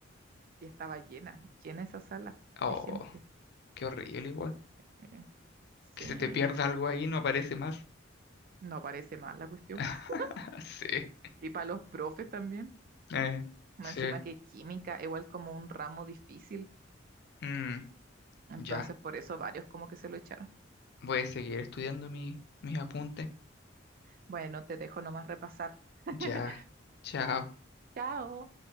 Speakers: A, on the right; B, on the left.
A: y estaba llena, llena esa sala
B: Oh,
A: de gente.
B: qué horrible, igual.
A: Eh, sí,
B: Que se te pierda algo ahí, no aparece más.
A: no parece mal la cuestión.
B: <laughs>
A: po. <laughs>
B: Sí,
A: Y para los profes también,
B: eh,
A: más
B: sí.
A: encima que química, igual como un ramo difícil.
B: Mm,
A: Entonces
B: ya,
A: por eso varios como que se lo echaron.
B: voy a seguir estudiando mi, mis apuntes.
A: Bueno, te dejo nomás repasar. <laughs>
B: Ya, chao.
A: Chao.